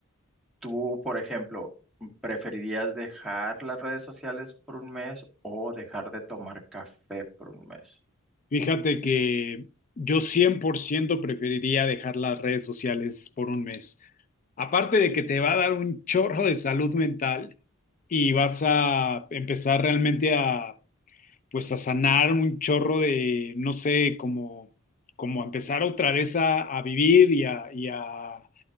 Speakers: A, in the centre; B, on the left.
A: tú, por ejemplo, ¿preferirías dejar las redes sociales por un mes o dejar de tomar café por un mes?
B: Fíjate que yo 100% preferiría dejar las redes sociales por un mes. Aparte de que te va a dar un chorro de salud mental y vas a empezar realmente a, pues a sanar un chorro de, no sé, como, como empezar otra vez a, a vivir y a, y a,